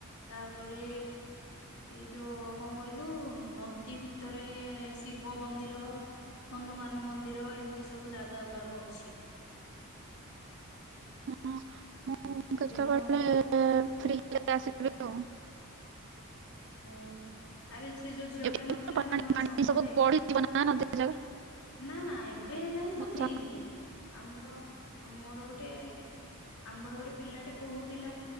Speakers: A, on the left; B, on the right.
A: ତାପରେ ଏଇ ଯୋଉ କଁ କହିଲୁ ନଦୀ ଭିତରେ ଶିବ ମନ୍ଦିର। ହନୁମାନ ମନ୍ଦିର ଏମତି ସବୁ ଜାଗା ଗୁଡ଼ାକ ଅଛି।
B: ହଁ ମୁଁ
A: କୋଉ
B: କେତବେଳେ
A: ଦିନ
B: ଫ୍ରି ହେଲେ ଆସିବି ଆଉ।
A: ହୁଁ ଆରେ ସେ ଯୋଉ ଝିଅଟେ
B: ଏବେ
A: ନଥିଲା
B: ତ ପାଣି
A: ତମର
B: ପାଣି
A: ସାଙ୍ଗଟେ?
B: ସବୁ ବଢିଯିବ ନା ନଦୀ ଜାଗା।
A: ନାଁ ନାଁ ଏବେ ଯାଇଁ
B: ମୁଁ
A: ତ ହେଇନି। ଆମର ଅଁ ମୋର ଗୋଟେ ଆମର ଗୋଟେ ପିଲାଟେ କହୁଥିଲା